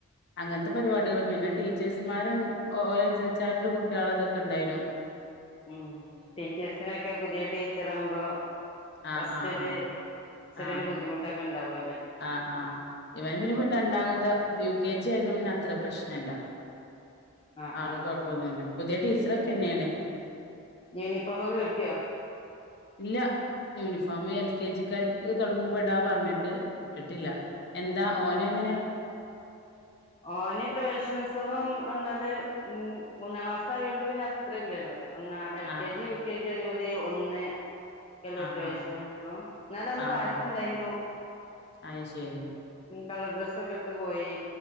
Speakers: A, on the left (about 45°); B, on the left (about 25°).
A: അങ്ങനത്തെ പരിപാടികള് പിന്നെ ടീച്ചേഴസുമാരും ഓരനുസരിച്ചായിട്ടുള്ള കുട്ടികൾ ഇതൊക്കെ ഉണ്ടായിനു-
B: ഉം ടീച്ചേഴ്സിനൊക്കെ പുതിയ ടീച്ചർ ആകുമ്പോ
A: ആ
B: ഫസ്റ്റ്ഒര്-
A: ആ ആ
B: ചെറിയൊര്
A: ആ
B: ബുദ്ധിമുട്ടക് ഉണ്ടാവ
A: ആ ആ ഇവന് പിന്നെ രണ്ടാകൊല്ല യു കെ ജി ആയതോണ്ട് ന്നെ അത്ര പ്രശ്നല്ല
B: ആഹ്
A: ആള്
B: ആഹ്
A: കൊഴപ്പൊന്നുല്ല
B: ആഹ്
A: പുതിയ ടീച് ചത്രക്കന്നെയാണ്
B: യൂണിഫോമൊക്കെ കിട്ട്യോ
A: ഇല്ല യൂണിഫോം എൽ കെ ജിക്കാർക്ക് തുടങ്ങുമ്പോ ഇടാ പർഞ്ഞിട്ട് ഇട്ടിട്ടില്ല എന്താ ഓനങ്ങനെ
B: ഓനി പ്രവേശനോത്സവം എന്നാല് ഉം മൂന്നാം ക്ലാസ് യോണ്ട് പിന്നെ അത്ര ഇല്ലല്ലോ ഒന്ന എൽ
A: ആഹ്
B: കെ ജി യു കെ ജി അതെമാത് എ ഒന്ന് എല്ലോ
A: ആഹ്
B: പ്രശനോത്സവം
A: ആഹ്
B: ന്നാലും അന്ന്
A: ആഹ്
B: പായസം
A: ആഹ്
B: ഇണ്ടായിനു
A: അയ് ശരി
B: കളർ ഡ്രസ്സൊക്കെ ഇട്ട് പോയി